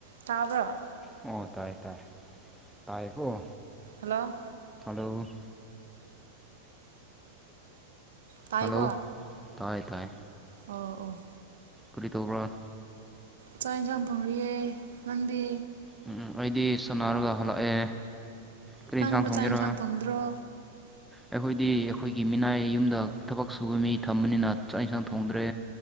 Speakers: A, on the right; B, in the centre.
A: ꯇꯥꯕ꯭ꯔ
B: ꯑꯣ ꯇꯥꯏ ꯇꯥꯏ ꯇꯥꯏꯕꯨꯣ
A: ꯍꯜꯂꯣ
B: ꯍꯂꯣ
A: ꯇꯥꯏꯀꯣ
B: ꯍꯜꯂꯣ ꯇꯥꯏ ꯇꯥꯏ
A: ꯑꯣ ꯑꯣ
B: ꯀꯗꯤ ꯇꯧꯕ꯭ꯔ
A: ꯆꯥꯛ ꯌꯦꯟꯁꯥꯡ ꯐꯪꯔꯤꯌꯦꯦ ꯅꯪꯗꯤ
B: ꯎꯝ ꯑꯩꯗꯤ ꯁꯥꯟꯅꯔꯒ ꯍꯜꯂꯛꯑꯦ ꯀꯔꯤ
A: ꯅꯪꯕꯨ
B: ꯌꯦꯟꯁꯥꯡ ꯊꯣꯡꯖꯔ
A: ꯆꯥꯛ ꯊꯣꯡꯗ꯭ꯔꯣ
B: ꯑꯩꯈꯣꯏꯗꯤ ꯑꯩꯈꯣꯏꯒꯤ ꯃꯤꯅꯥꯏ ꯌꯨꯝꯗ ꯊꯕꯛ ꯁꯨꯕ ꯃꯤ ꯊꯝꯕꯅꯤꯅ ꯆꯥꯛ ꯏꯟꯁꯥꯡ ꯊꯣꯡꯗ꯭ꯔꯦ